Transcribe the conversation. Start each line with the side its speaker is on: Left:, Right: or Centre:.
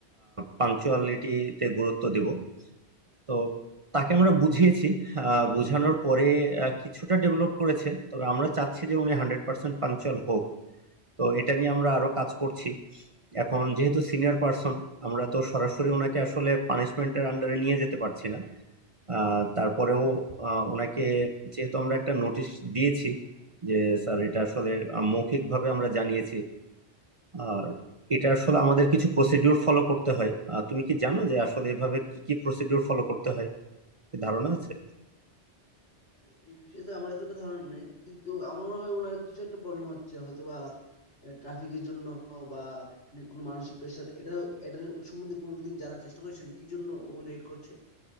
Right: পাংচুয়ালিটিতে গুরুত্ব দিব তো তাকে আমরা বুঝিয়েছি আহ, বোঝানোর পরে আহ, কিছুটা ডেভেলপ করেছে তবে আমরা চাচ্ছি যে উনি হান্ড্রেড পার্সেন্ট পাংচুয়াল হোক তো এটা নিয়ে আমরা আরো কাজ করছি এখন যেহেতু সিনিয়র পার্সন আমরা তো সরাসরি ওনাকে আসলে পানিশমেন্টের আন্ডারে নিয়ে যেতে পারছি না আহ, তারপরেও আহ, ওনাকে যেহেতু আমরা একটা নোটিশ দিয়েছি যে স্যার এটা আসলে আহ, মৌখিকভাবে আমরা জানিয়েছি আর এটা আসলে আমাদের কিছু প্রসিডিউর ফলো করতে হয় আহ, তুমি কি জানো যে আসলে এভাবে কি কি প্রসিডিউর ফলো করতে হয় কি ধারণা আছে
Left: আহ, এই বিষয়ে তো আমার এতটা ধারণা নেই কিন্তু আমার মনে হয় ওনার কিছু একটা প্রবলেম হচ্ছে হয়তো বা ট্রাফিকের জন্য বা উনি কোনো মানসিক প্রেশার এটা এটার সম্বন্ধে কোনোদিন জানার চেষ্টা করেছেন কি জন্য ও লেট করছে